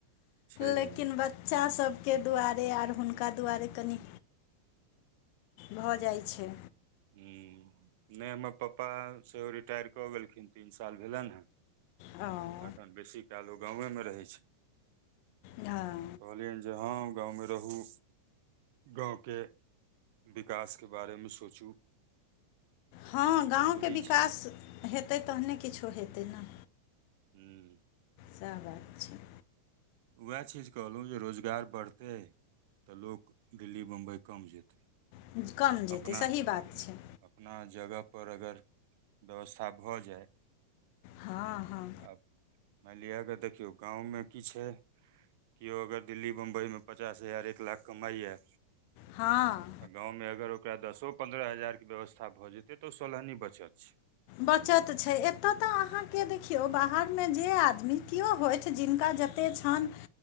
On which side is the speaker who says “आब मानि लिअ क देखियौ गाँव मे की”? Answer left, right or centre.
Right